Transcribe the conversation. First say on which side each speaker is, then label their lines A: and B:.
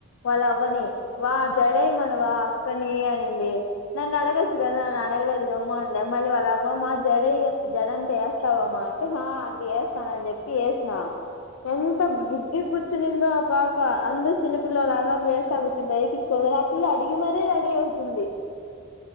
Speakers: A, on the left; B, on the left.
A: వాళ్ళ అవ్వని వా
B: ఉమ్, ఉమ్,
A: జడేయెమనవా అక్కని అనింది. నన్ను అడగ చ్చు కదా
B: ఉమ్, ఉమ్, ఉమ్, ఉమ్.
A: అడగలేదు గమ్మున ఉండే మళ్ళీ అ వ్వ మా జడేయ్ జడంటా ఏస్తావామా అంటే హాఁ ఆంటి ఏస్తానని చెప్పి ఏసినా. ఎంత బుద్ధిగ్ గుర్చినిందో ఆ పా ప అందరు చిన్న పిల్లలు అల్లరి చేస్తా కూర్చొంటే ఏపిచుకోరు కదా, ఆ పిల్ల అడిగి మరీ రెడీ అవుతుంది.